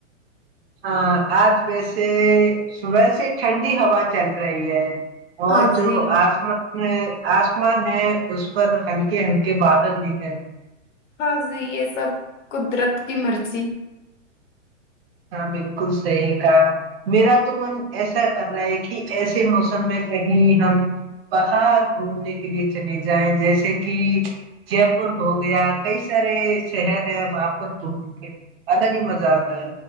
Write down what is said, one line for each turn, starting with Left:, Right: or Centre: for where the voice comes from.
Right: ہاں آج ویسے صبح سے ٹھنڈی ہوا چل رہی ہے اور
Left: ہاں
Right: جو
Left: جی
Right: آسمان آسمان ہے اس پر ہلکے ہلکے بادل بھی ہے
Left: ہاں جی یہ سب قدرت کی مرضی
Right: ہاں بالکل صحیح کا میرا تو من ایسا کر رہا ہے کہ ایسے موسم میں کہیں ہم باہر گھومنے کے لیے چلے جائیں جیسے کہ جے پور ہو گیا کئی سارے شہر ہیں وہاں پر گھومنے کے لیے الگ ہی مزہ آتا ہے